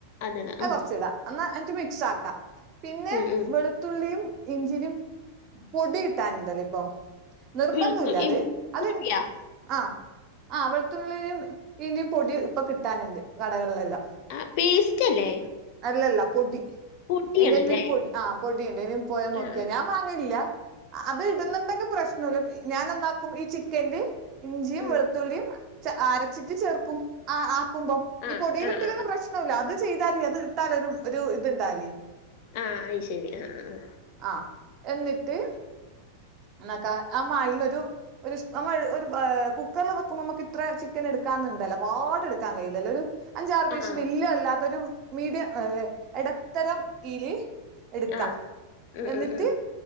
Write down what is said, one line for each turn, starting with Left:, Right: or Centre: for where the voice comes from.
Left: അതന്നെ
Right: അത്
Left: ഉം,
Right: കൊർച്ചിടാ. എന്നാ, എന്നിട്ട് മിക്സ് ആക്കാ. പിന്നെ
Left: ഉം, ഉം.
Right: വെളുത്തുള്ളിയും ഇഞ്ചിയിം പൊടി കിട്ടാനുണ്ടല്ലോ? ഇപ്പം, നിർബന്തൂല്ല
Left: വെളുത്തു ഈ
Right: അത്. അത്
Left: പൊടിയാ
Right: ആഹ്. ആ ഹ്, വെൾത്തുള്ളീയിം ഈന്റിം പൊടി ഇപ്പൊ കിട്ടാനുണ്ട്, കടകളിലെല്ലാം.
Left: ആ പേസ്റ്റ് അല്ലേ?
Right: അല്ലല്ല പൊടി.
Left: പൊടിയാണ്ല്ലേ
Right: അയ്‌ന്റെന്നൊരു പൊട് ആ പൊടിയുണ്ട് <unintelligible> പോയാ നോക്കിയാ
Left: ആ ആ
Right: ഞാൻ മാങ്ങലില്ല. ആ അത് ഇടുന്ന്ണ്ടെങ്കിൽ പ്രശ്നല്ല ഞാനന്താക്കും ഈ ചിക്കന്ല് ഇഞ്ചിയും
Left: ഉം
Right: വെളു ത്തുള്ളിയും അരച്ചിട്ട് ചേർക്കും ആക്കുമ്പോ
Left: ആ
Right: ഈ പൊടിയിലിട്ടിലെങ്കി
Left: ആ ആ ആ
Right: പ്രശ അത് ചെയ്താല് അത് ഇട്ടാലൊരു ഒരു ഇത് ഇണ്ടാവില്ലേ
Left: ആഹ് അയി ശരി ആ ആ
Right: ആഹ് എന്നിട്ട് എന്നാക്ക ആ മായിന്നൊരു. ഒരു നമ്മൾ ഒരു ഏ കുക്കറില് വെക്കുമ്പോ മ്മക്കിത്ര ചിക്കന് എടുക്കാന്നുണ്ടല്ലോ പാട് എടുക്കാൻ കഴിയില്ലല്ലൊരു അഞ്ചാറ് പീസ്
Left: ആ ആ
Right: വല്യ അല്ലാത്തൊരു മീഡിയം എടത്തരം ഈല് എട്ക്കാം
Left: ആ ഉം
Right: എന്നിട്ട്
Left: ഉം ഉം